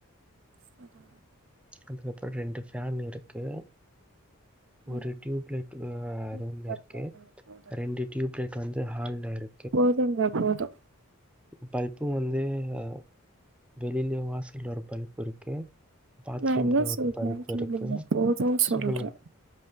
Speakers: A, on the right; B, in the centre.
A: செர்டா
B: அதுக்கப்றோ ரெண்டு ஃபேன் இருக்கு ஒரு
A: ம்.
B: டியூப்லைட் ஆ
A: இல்லங்க
B: ரூம்லருக்கு
A: போதுங்க, போதுங்க.
B: ரெண்டு டியூப் லைட் வந்து ஹால்லரு
A: போதுங்க போது
B: பல்ப்பும் வந்து அ வெளிலயும் வாசல்ல ஒரு பல்ப் ருக்கு பாத்ரூம்ல
A: நான் என்ன
B: ஒரு
A: சொல்றேன்னு
B: பல்ப்
A: கேளுங்க.
B: இருக்கு
A: போதும்ன்னு
B: சொல்லுங்க
A: சொல்றேன்.